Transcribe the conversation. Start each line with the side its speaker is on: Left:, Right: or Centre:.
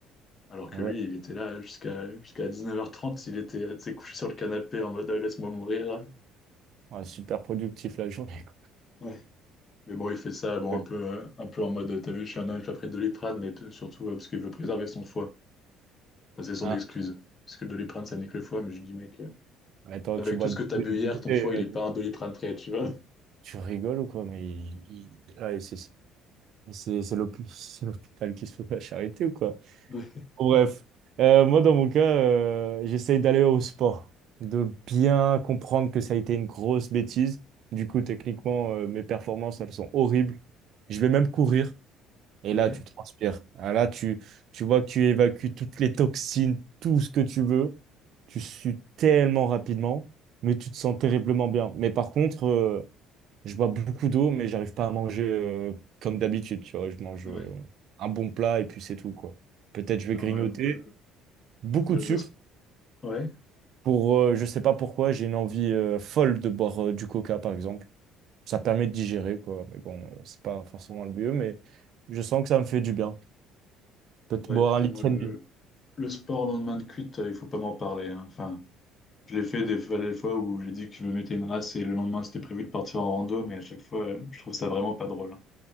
Left: Alors que
Right: Ah
Left: lui,
Right: ouais.
Left: il était là jusqu'à jusqu'à 19h30, il était, euh, tu sais, couché sur le canapé en mode euh, laisse-moi mourir. euh.
Right: Ouais, super productif la journée, quoi.
Left: Ouais. Mais bon, il fait ça bon,
Right: Ouais.
Left: un peu, euh, un peu en mode, t'as vu, je suis un ange après Doliprane, mais p- surtout euh, parce qu'il veut préserver son foie. Enfin, c'est son
Right: Ah,
Left: excuse. Parce que le Doliprane, ça nique le foie, mais je lui dis, mec, euh,
Right: mais attends,
Left: avec
Right: tu bois
Left: tout ce
Right: de-
Left: que t'as
Right: de
Left: bu hier,
Right: bouteilles,
Left: ton foie,
Right: euh,
Left: il est pas un Doliprane prêt, tu vois.
Right: tu rigoles ou quoi? Mais il- il- ah, et c'est c'est c'est l'hôp- <laughs> c'est l'hôpital qui se fout de la charité ou quoi?
Left: Ouais,
Right: Bon, Bref, Euh, moi dans mon cas, euh, j'essaye d'aller au sport, de bien comprendre que ça a été une grosse bêtise. Du coup, techniquement, euh, mes performances, elles sont horribles. Je vais même courir et
Left: ouais,
Right: là, tu transpires. Ah, Là, tu, tu vois que tu évacues toutes les toxines, tout ce que tu veux. Tu sues tellement rapidement, mais tu te sens terriblement bien. Mais par contre, euh, je bois beaucoup d'eau, mais j'arrive pas à manger euh, comme d'habitude. Tu vois, je mange
Left: ouais.
Right: euh, un bon plat et puis c'est tout, quoi. Peut-être je vais
Left: Putain,
Right: grignoter
Left: ouais, moi,
Right: beaucoup
Left: le,
Right: de sucre.
Left: le sp- ouais,
Right: Pour, euh, je sais pas pourquoi, j'ai une envie euh, folle de boire euh, du coca, par exemple. Ça permet de digérer, quoi. Mais bon, euh, c'est pas forcément le mieux, mais je sens que ça me fait du bien. Peut-être
Left: ouais,
Right: boire
Left: putain,
Right: un litre
Left: moi, le,
Right: et demi.
Left: le sport le lendemain de cuite, euh, il faut pas m'en parler. hein. Enfin, je l'ai fait des fois, des fois où j'ai dit que je me mettais une race et le lendemain, c'était prévu de partir en rando, mais à chaque fois, euh, je trouve ça vraiment pas drôle.